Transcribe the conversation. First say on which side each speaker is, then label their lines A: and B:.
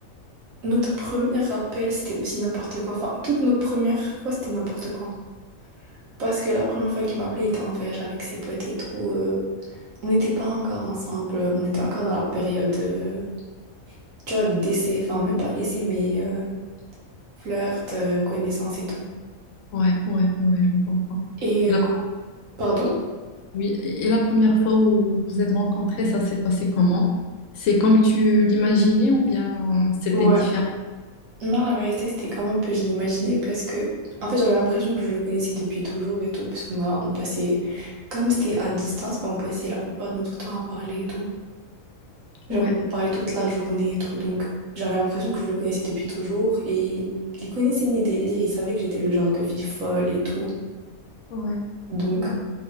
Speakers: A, on the right (about 70°); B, on the left (about 70°).
A: notre premier appel, c'était aussi n'importe quoi. Enfin, toute notre première fois, c'était n'importe quoi. Parce que la première fois qu'il m'appelait, il était en voyage avec ses potes et tout. euh, on n'était pas encore ensemble, on était encore dans la période. euh, tu vois, d'essai, enfin même pas essai, mais euh, flirt, euh, connaissance et tout.
B: Ouais, ouais, ouais, je comprends.
A: Et
B: Et
A: euh,
B: la,
A: pardon?
B: oui, et et la première fois où vous êtes rencontrés, ça s'est passé comment? C'est comme tu l'imaginais ou bien c'était
A: Ouais.
B: différent?
A: Non, la vérité, c'était comme un peu, je l'imaginais, parce que, en fait, j'avais l'impression que je le connaissais depuis toujours et tout, parce qu'on a, on passait, comme c'était à distance, ben, on passait la plupart de notre temps à parler et tout. Genre,
B: Ouais,
A: on parlait toute la journée et tout, donc j'avais l'impression que je le connaissais depuis toujours, et il connaissait mes délires, il savait que j'étais le genre de fille folle et tout,
B: ouais,
A: donc
B: ouais,